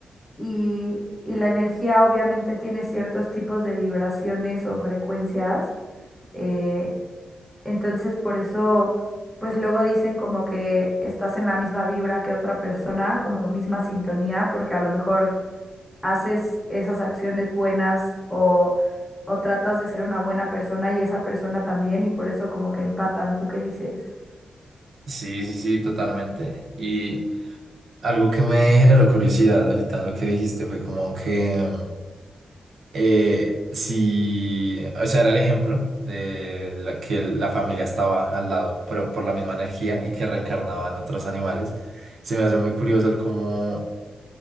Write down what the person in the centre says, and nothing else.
y, y la energía obviamente tiene ciertos tipos de vibraciones o frecuencias. eh, entonces por eso, pues luego dicen como que estás en la misma vibra que otra persona, como misma sintonía, porque a lo mejor haces esas acciones buenas o, o tratas de ser una buena persona y esa persona también y por eso como que empatan. ¿Tú qué dices?